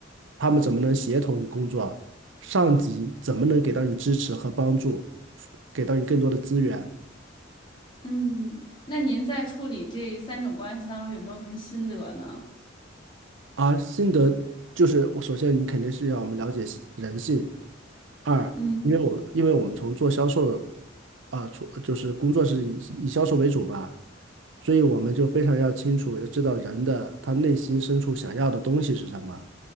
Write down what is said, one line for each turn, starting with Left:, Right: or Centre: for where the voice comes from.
Right: 他们怎么能协同你工作，上级怎么能给到你支持和帮助，给到你更多的资源。
Left: 嗯，那您在处理这三种关系当中有没有什么心得呢？
Right: 啊，心得就是我，首先你肯定是要我们了解心人性。二，
Left: 嗯
Right: 因为我因为我们从做销售啊，从就是工作是以以销售为主吧，所以我们就非常要清楚地知道人的他内心深处想要的东西是什么